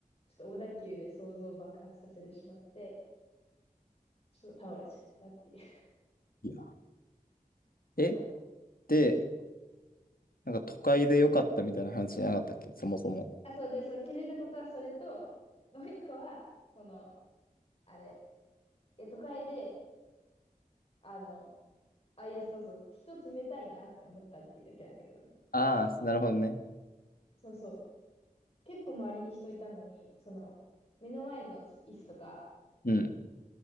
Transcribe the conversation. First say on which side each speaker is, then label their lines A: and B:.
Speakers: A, on the left; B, on the left.
A: ちょっと小田急で想像を爆発させてしまって、ちょっと倒れちゃったっていう。
B: いやえ
A: <laughs> そう。
B: で、なんか都会で良かったみたいな話じゃなかったっけそもそも。
A: あ、そうで、そう、気づいたことはそれと、<laughs> もう一個は、その、あれ、え、都会で、あの、あ、いや、そうそう、人冷たいなって思ったっていうだけなんだけどね。
B: ああ、なるほどね。
A: そうそう。結構周りに人いたのに、その、目の前の椅子とか、
B: うん。